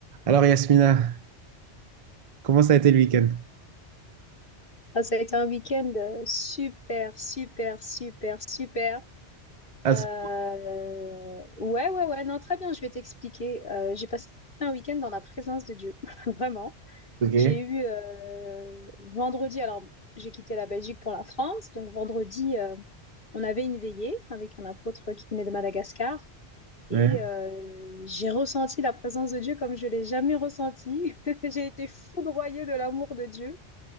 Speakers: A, on the right; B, on the left.
A: Alors Yasmina, comment ça a été le week-end?
B: Ah, ça a été un week-end euh, super, super, super, super.
A: Ah,
B: Euh,
A: c'est-
B: ouais, ouais, ouais, non, très bien, je vais t'expliquer. Euh, j'ai passé un week-end dans la présence de Dieu, <laughs> vraiment.
A: ok.
B: J'ai eu euh, vendredi, alors j'ai quitté la Belgique pour la France, donc vendredi, euh, on avait une veillée avec un apôtre qui venait de Madagascar
A: Ouais.
B: et euh, j'ai ressenti la présence de Dieu comme je l'ai jamais ressentie. <laughs> J'ai été foudroyée de l'amour de Dieu.